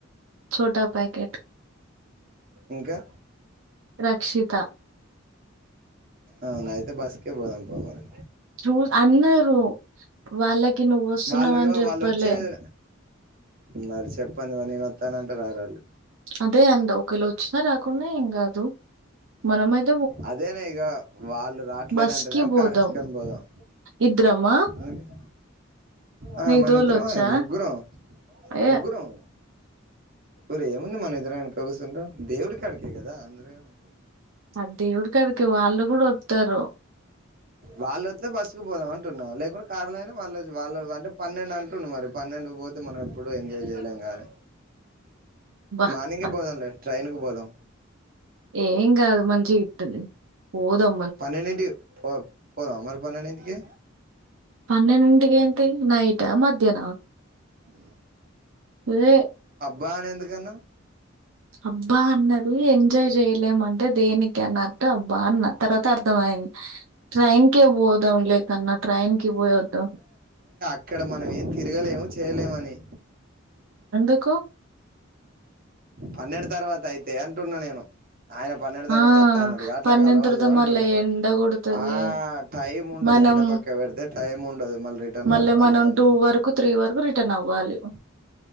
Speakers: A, on the right; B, on the right.
A: చోటా ప్యాకట్
B: ఇంకా
A: రక్షిథ
B: అవునా అయితే బస్క బా పో మరి
A: చూడే అన్నారు వాళ్ళకి నువ్వు వస్తున్నావ
B: వాళ్ళు ఇగో
A: అని చెప్పలే
B: వాళ్ళు వచ్చేది మరి చెప్పండిమ నేను వస్తానంటే రారాలి
A: అదే అండి ఒకవేళ వచ్చినా రాకుండా ఏం కాదు మనమయితే
B: అదేనా ఇక వాళ్ళు రాట్లేదంటేనే
A: బస్‌కి పోదాం.
B: కారేసుకని పోదాం
A: ఇద్దరమా
B: ఎందుకే ఆ
A: నీకు
B: మనం
A: తోలొచ్చా?
B: ఇద్దరమే ముగ్గురం
A: ఏ
B: ముగ్గురం ఊరుే ఏముంది మనద్ర వెనకిస్తుంట దేవుడికి అడికే కదా అంద్రే ఏమే
A: ఆ దేవుడు కాడికి వాళ్లు కూడా వస్తారు
B: వాళ్ళ వస్తే బస్సు పోదాం అంటున్నా లేకుంటడా కార్లో అయినా వాళ్ళు వాళ్ళు అంటే పన్నెండు అంటుండు మరి పన్నెండుకు పోతే మనం ఎప్పుడు ఎంజాయ్ చేయలేం గానీ
A: అబ్బా!
B: మానింగే
A: అబ్బా!
B: పోదంలే ట్రైయిన్కు పోదాం
A: ఏం కాదు మంచిగా ఇట్ంది పోదం
B: పన్నెండంటి పో పోద మ పన్నెన్డి కి
A: ప్ నేను డు ఇంటికి ఎ మిడ్ నైట్ మధ్యాహ్నమ వారే
B: బానే ఎందుకన్నా
A: అబ్బా అన్నాడు, ఎంజాయ్ చేయలేము అంట దేనికి అన్నట్ట పాన్న తర్వాత అర్థమైంది ట్రైన్ కిపోదాం అన్న ట్రైన్ కి పోయేదం
B: ఇక్కడ మనం ఏం తిరగలేము చేయలేమని
A: ఎందుకు
B: పన్నెండు తర్వాత అయితే అంటున్నా నేను ఆయన పన్నెండు తర్వాత
A: ఆ
B: వస్తా అన్నాడుగా అట్లా
A: పన్న
B: కలవదు
A: త్రతా
B: అంటున్నా
A: మళ్ళీ ఎండ కొడుతది
B: ఆ టైం ఉండదు
A: మనం
B: ఎండ పక్క పెడితే టైం ఉండదు మళ్ళీ రిటర్న్
A: మళ్ళ
B: రావాలి
A: మనం
B: ఇవన్నీ
A: టూ
B: ఉంటాయి
A: వరకు త్రీ వరకు రిటర్న్ అవ్వాలి.